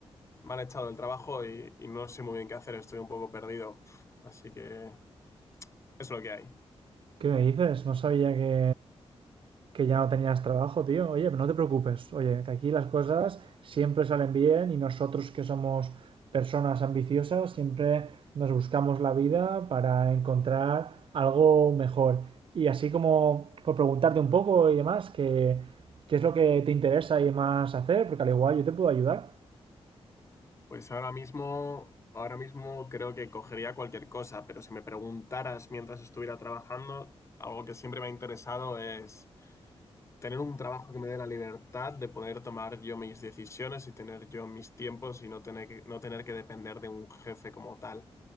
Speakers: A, on the left; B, on the right.
A: me han echado del trabajo y, y no sé muy bien qué hacer, estoy un poco perdido. Así que eso es lo que hay.
B: ¿Qué me dices? No sabía que, que ya no tenías trabajo, tío. Oye, pero no te preocupes. Oye, que aquí las cosas siempre salen bien y nosotros que somos personas ambiciosas siempre nos buscamos la vida para encontrar algo mejor. Y así como por preguntarte un poco y demás, que, ¿qué es lo que te interesa y demás hacer? Porque al igual yo te puedo ayudar.
A: Pues ahora mismo, ahora mismo creo que cogería cualquier cosa, pero si me preguntaras mientras estuviera trabajando, algo que siempre me ha interesado es tener un trabajo que me dé la libertad de poder tomar yo mis decisiones y tener yo mis tiempos y no tener que, no tener que depender de un jefe como tal.